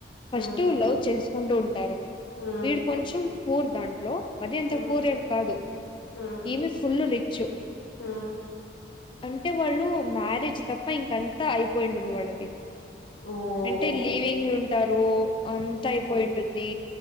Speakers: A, on the left; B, on the left.
A: ఫస్ట్
B: హ్మ్
A: లవ్ చేసుకుంటూ ఉంటారు
B: హ్మ్
A: వీడు కొంచెం పూర్ దాంట్లో మరి అంత
B: హ్మ్
A: పూరేం కాదు
B: హ్మ్
A: ఈమె ఫుల్లు రిచ్చు
B: హ్మ్
A: అంటే వాళ్ళు మ్యారేజ్ తప్ప ఇంకంతా అయిపోయింటుంది వాళ్ళది
B: ఓ
A: అంటే లీవింగ్ ఉంటారు అంత అయిపోయి ఉంటుంది